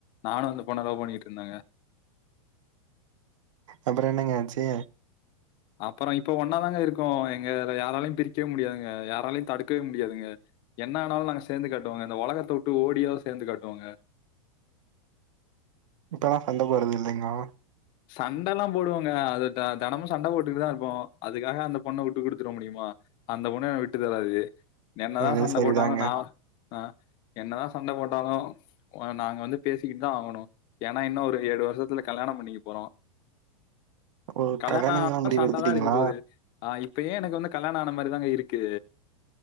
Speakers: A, on the left; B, on the right.
A: நானு அந்த பொண்ண லவ் பண்ணிட்டு இருந்தங்க
B: அப்பற என்னங்க ஆச்சு
A: அப்பறோ இப்ப ஒன்னா தாங்க இருக்கோ எங்கல யாராலயு பிரிக்கவே முடியாதுங்க யாராலயு தடுக்கவே முடியாதுங்க என்ன ஆனாலு நாங்க சேந்து காட்டுவோங்க இந்த உலகத்த உட்டு ஓடியோ சேர்ந்து காட்டுவோங்க
B: இப்பல்லா சண்ட போடுறது இல்லிங்களா
A: சண்டல்லா போடுவோங்க அது தெனமு சண்ட போட்டுட்டுதா இருப்போ அதுக்காக அந்த பொண்ண வுட்டு குடுத்துட முடியுமா அந்த பொண்ணு என்ன விட்டு தராது என்னதா
B: அது
A: சண்ட
B: சரிதாங்க
A: போட்டாலு நா ஆ என்னதா சண்ட போட்டாலு ஒன்னு நாங்க வந்து பேசிக்கிட்டு தா ஆகணு ஏன்னா இன்னோ ஒரு ஏழு வருஷத்துல கல்யாண பண்ணிக்க போறோ
B: ஓ
A: கல்யாணோ
B: கல்யாணம்லா
A: ஆனா
B: முடிவு
A: சண்ட
B: எடுத்துட்டீங்களா
A: தா இருக்க போது ஆ இப்பயே எனக்கு வந்து கல்யாண ஆன மாரிதாங்க இருக்கு